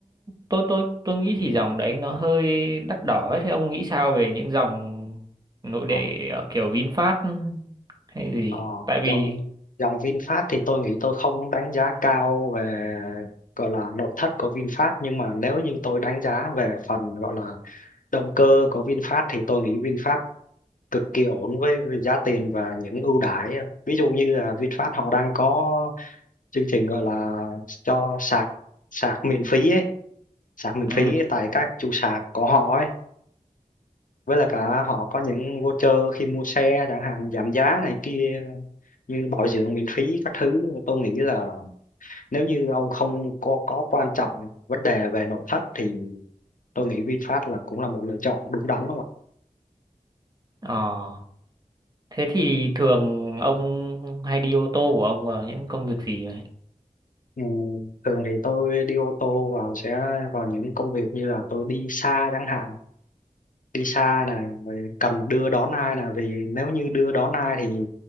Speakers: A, on the right (about 30°); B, on the left (about 65°).
A: tôi tôi tôi nghĩ thì dòng đấy nó hơi đắt đỏ ấy. Thế ông nghĩ sao về những dòng nội địa
B: ờ,
A: ở kiểu VinFast hay gì?
B: Ờ,
A: Tại vì
B: dòng dòng VinFast thì tôi nghĩ tôi không đánh giá cao về gọi là nội thất của VinFast nhưng mà nếu như tôi đánh giá về phần gọi là động cơ của VinFast thì tôi nghĩ VinFast cực kỳ ổn với với giá tiền và những ưu đãi ví dụ như là VinFast họ đang có chương trình gọi là cho sạc sạc miễn phí ấy sạc miễn
A: ừ.
B: phí tại các trụ sạc của họ ấy với lại cả họ có những voucher khi mua xe chẳng hạn giảm giá này kia như bảo dưỡng miễn phí các thứ tôi nghĩ là nếu như ông không có có quan trọng vấn đề về nội thất thì tôi nghĩ VinFast là cũng là một lựa chọn đúng đắn đúng không ạ
A: Ờ. Thế thì thường ông hay đi ô tô của ông vào những công việc gì vậy?
B: ừ, thường thì tôi đi ô tô vào sẽ vào những công việc như là tôi đi xa chẳng hạn đi xa nè rồi cần đưa đón ai nè vì nếu như đưa đón ai thì